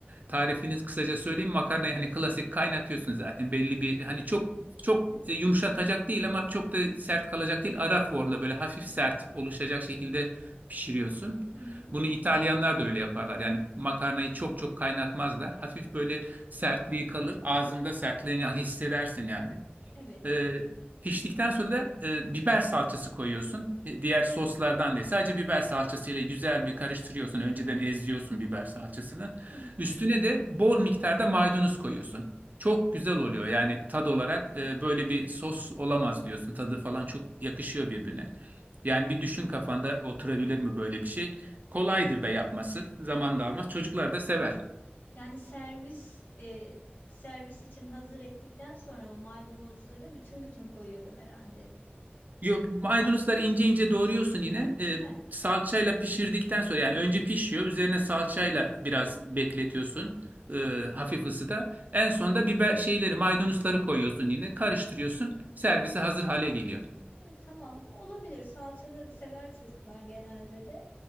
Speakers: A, on the right; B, on the left.
A: Tarifiniz kısaca söyleyeyim. Makarnayı hani klasik kaynatıyorsun zaten. Belli bir hani çok çok e, yumuşatacak değil ama çok da sert kalacak değil. Ara formda böyle hafif sert oluşacak şekilde pişiriyorsun.
B: Hı hı.
A: Bunu İtalyanlar da öyle yaparlar. Yani makarnayı çok çok kaynatmazlar. Hafif böyle sertliği kalır. Ağzında sertliğini <laughs> hissedersin yani.
B: Evet.
A: E, piştikten sonra da e, biber salçası koyuyorsun. E, diğer soslardan değil. Sadece biber salçasıyla güzel bir karıştırıyorsun. Önceden eziyorsun biber salçasını.
B: Hı hı.
A: Üstüne de bol miktarda maydanoz koyuyorsun. Çok güzel oluyor. Yani tad olarak e, böyle bir sos olamaz diyorsun. Tadı falan çok yakışıyor birbirine. Yani bir düşün kafanda oturabilir mi böyle bir şey? Kolaydır da yapması. Zaman da almaz. Çocuklar da sever.
B: Yani servis e, servis için hazır ettikten sonra mı maydanozları bütün bütün koyuyorum herhalde.
A: Yo, maydanozları ince ince doğruyorsun yine. Ee,
B: He.
A: salçayla pişirdikten sonra yani önce pişiyor. Üzerine salçayla biraz bekletiyorsun. e, hafif ısıda. En sonda biber şeyleri maydanozları koyuyorsun yine. Karıştırıyorsun. Servise hazır hale geliyor.
B: Hı, tamam olabilir. Salçalı sever çocuklar genelde de.